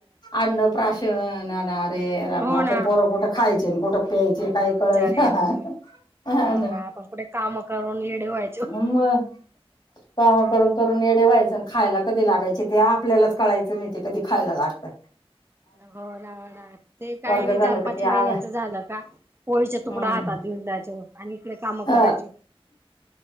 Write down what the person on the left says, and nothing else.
अन्नप्राशन अन् अरे रामा
आशे
पोर कुठ खायचे, कुठं प्यायचे काही
कळायच.
मग काम करून करून येडे व्हायचं अन् खायला कधी लागायचे ते आपल्यालाच कळायचं नाही ते कधी खायला लागत.
वर्ग
झालं
का
ते
आला
हम्म
ह